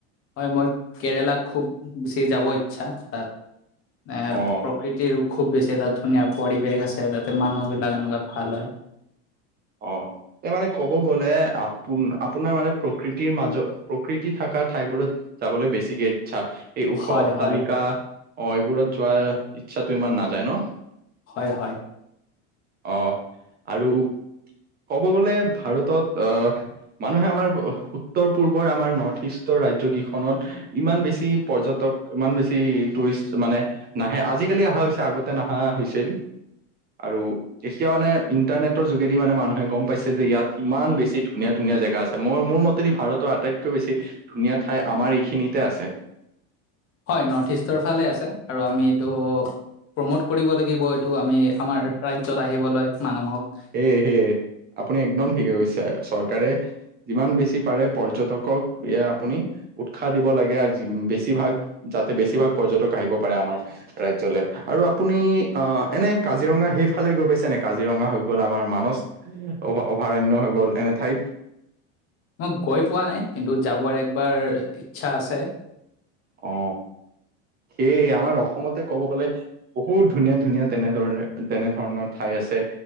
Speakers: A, on the left; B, on the right.
A: হয় মোৰ কেৰেলাত খুব বেছি যাব ইচ্ছা তাত এ
B: অ
A: প্ৰকৃত খুব বেছি এটা ধুনীয়া পৰিৱেশ আছে তাতে মানুহ বিলাক এনেকুৱা ভাল হয়
B: অ এ মানে ক'ব গ'লে আপোন আপোনাৰ মানে প্ৰকৃতিৰ মাজত প্ৰকৃতি থকা ঠাইবোৰত যাবলৈ বেছিকে ইচ্ছা এই ওখ
A: হয়
B: অট্টালিকা
A: হয়
B: অ এইবোৰত যোৱাৰ ইচ্ছাতটো ইমান নাযায় ন
A: হয় হয়
B: অ আৰু ক'ব গ'লে ভাৰতত আহ মানুহে আমাৰ উত্তৰ পূৰ্বৰ আমাৰ নৰ্থ ইষ্টৰ ৰাজ্য কেইখনত ইমান বেছি পৰ্যটক ইমান বেছি টুৰিষ্ট মানে নাহে আজিকালি অহা হৈছে আগতে নাহা হৈছিল আৰু এতিয়া মানে ইণ্টাৰনেটৰ যোগেদি মানে মানুহে গম পাইছে যে ইয়াত ইমান বেছি ধুনীয়া ধুনীয়া জেগা আছে মোৰ মোৰ মতেদি ভাৰতৰ আটাইতকৈ বেছি ধুনীয়া ঠাই আমাৰ এইখিনিতে আছে
A: হয় নৰ্থ ইষ্টৰ ফালে আছে আৰু আমি এইটো প্ৰম'ট কৰিব লাগিব এইটো আমি আমাৰ ৰাজ্যয়ত আহিবলৈ মানুহক
B: হে হে আপুনি একদম ঠিকে কৈছে চৰকাৰে যিমান বেছি পাৰে পৰ্যটকক এয়া আপুনি উৎসাহ দিব লাগে আৰু বেছিভাগ যাতে বেছিভাগ পৰ্যটক আহিব পাৰে আমাৰ ৰাজ্যলে আৰু আপুনি আহ এনে কাজিৰঙা সেই ফালে গৈ পাইছে নে কাজিৰঙা হৈ গ'ল আমাৰ মানস অভ অভয়াৰণয় হৈ গ'ল এনে ঠাইত
A: মই গৈ পোৱা নাই কিন্তু যাবৰ একবাৰ ইচ্ছা আছে
B: অ সেইয় আমাৰ অসমতে ক'ব গলে বহুত ধুনীয়া ধুনীয়া তেনেধৰণ তেনে ধৰণৰ ঠাই আছে